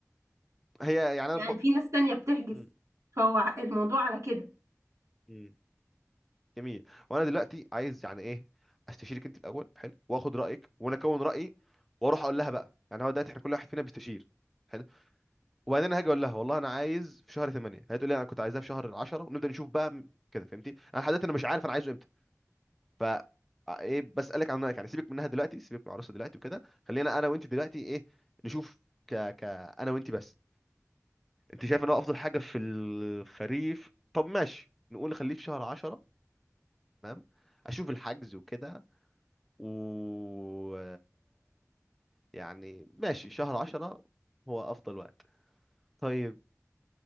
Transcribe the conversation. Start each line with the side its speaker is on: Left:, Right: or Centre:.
Centre: هي يعني انا
Right: يعني
Centre: ب...
Right: في ناس تانية بتحجز
Centre: م-
Right: فهو الموضوع على كده
Centre: م. جميل وانا دلوقتي عايز يعني ايه استشيرك انت الاول حلو واخد رايك وانا اكون رايي واروح اقول لها بقى يعني هو دلوقتي احنا كل واحد فينا بيستشير حلو وبعدين أنا هاجي اقول لها والله انا عايز في شهر 8 هي تقول لي انا كنت عايزاه في شهر 10 ونبدا نشوف بقى م- كده فهمتي انا لحد دلوقتي انا مش عارف انا عايزه امتى ف آه، ايه بسألك عن رأيك يعني سيبك منها دلوقتي سيبك من العروسة دلوقتي وكده خلينا انا وانت دلوقتي ايه نشوف ك ك انا وانت بس انت شايف ان هو افضل حاجة في الخريف طب ماشي نقول خليه في شهر 10 تمام اشوف الحجز وكده و يعني ماشي شهر 10 هو افضل وقت طيب